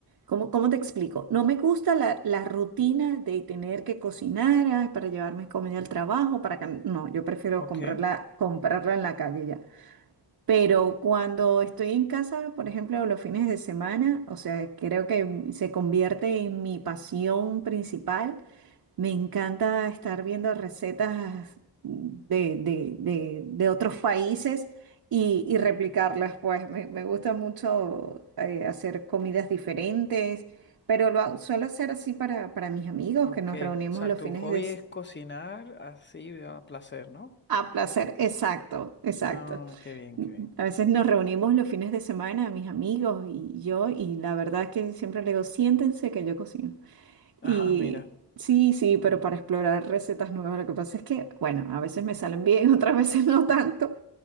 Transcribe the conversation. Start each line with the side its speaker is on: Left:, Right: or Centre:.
Right: ¿cómo, cómo te explico? No me gusta la, la rutina de tener que cocinar ah, para llevarme comida al trabajo, para que, no, yo prefiero
Left: ok,
Right: comprarla, comprarla en la calle ya. Pero cuando estoy en casa, por ejemplo, los fines de semana, o sea, creo que se convierte en mi pasión principal me encanta estar viendo recetas de, de- de- de otros países y, y replicarlas, pues me, me gusta mucho eh, hacer comidas diferentes, pero lo hago- suelo hacer así para, para mis amigos
Left: ok.
Right: que nos reunimos
Left: O sea,
Right: los
Left: tu
Right: fines
Left: hobby
Right: de... s-
Left: es cocinar así a placer, ¿no?
Right: A placer, exacto, exacto.
Left: Ah, qué bien, qué bien.
Right: A
Left: <laughs>
Right: veces nos reunimos los fines de semana, mis amigos y yo, y la verdad es que siempre le digo, siéntense que yo cocino.
Left: Ah,
Right: Y
Left: mira,
Right: sí, sí, pero para explorar recetas nuevas, lo que pasa es que, bueno, a veces me salen bien, <laughs> otras veces no tanto,